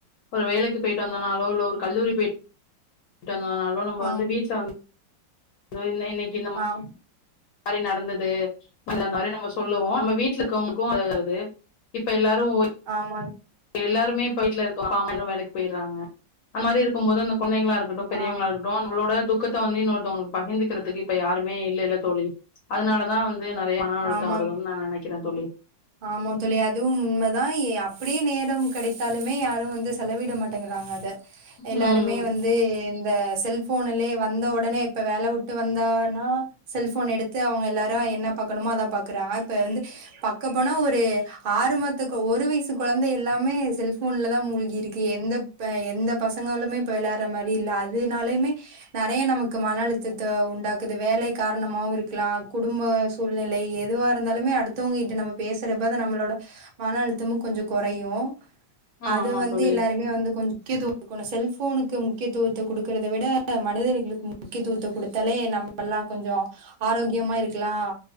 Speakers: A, on the left; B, on the right.
A: ஒரு வேலைக்கு போயிட்டு வந்தோனாலோ இல்ல ஒரு கல்லூரி போய் ட்டு வந்தோனாலு நம்ப
B: ஆம்
A: வந்து வீட்டுல வந் இன்னைக்கு
B: ஆ
A: மாறி நடந்தது அந்த மாறி நம்ப சொல்லுவோ நம்ப வீட்டுல இருக்குவங்களுக்கு அது இப்ப எல்லாரு ஓய்
B: ஆமாங்
A: எல்லாருமே இப்போ வீட்லஇருக்கோ அப்பா அம்மா எல்லாரு வேலைக்கு போய்டுறாங்க அந்த மாரி இருக்கும் போது அந்த குந்தைங்களா இரு க்கட்டு பெரியவங்கள
B: ஆம்
A: இருக்கட்டு அவுங்களோட துக்கத் தோனே இன்னொருத்தவுங்களுக்கு பகிர்ந்துக்கிறதுக்கு இப்ப யாருமே இல்லல்ல தோழி அதனால தா வந் து நறைய மன அழுத்தோ
B: ஆமா
A: வருதோன் நா நனைக்கிற தோழி
B: ஆமா தோழி அதுவு உண்மதா அப்படியே நேரம் கிடைத்தாலுமே யாரு வந்து செலவிட மாட்டேங்கிறாங்க அத எல்லாருமே
A: ம்
B: வந் து இந்த செல்ஃபோன்லுலே வந்த ஒடனே இப்ப வேல உட்டு வந்தானா செல்ஃபோன் எடுத்து அவுங்க எல்லாரு என்ன பாக்கணுமோ அதா பாக்குறாங்க இப்ப வந்து பக்க போனா ஒரு ஆறு மத்தக ஒரு வயசு குழந்தை எல்லாமே செல்ஃபோன்ல தா மூழ்கி இருக் எந்த ப எந்த பசங்களுமே இப்ப வெளையாடுற மாரி இல்ல அதுனாலயுமே நறைய நமக்கு மன அழுத்தத்த உண்டாக்குது வேலை காரணமாவு இருக்கலா குடும்ப சூழ்நிலை எதுவா இருந்தாலுமே அடுத்தவுங்ககிட்ட நம்ம பேசறப்பது நம்மளோட மன அழுத்தமு கொஞ்சோ குறையு அது
A: ஆமா
B: வந்து
A: தோழி
B: எல்லாருமே வந்து கொஞ்ச கேது செல்ஃபோனுக்கு முக்கியத்துவத்த குடுக்கறத விட மனிதர்களுக்கு முக்கியத்துவத்த குடுத்தாலே நம் மல்லா கொஞ்சோ ஆரோக்கியமா இருக்கலா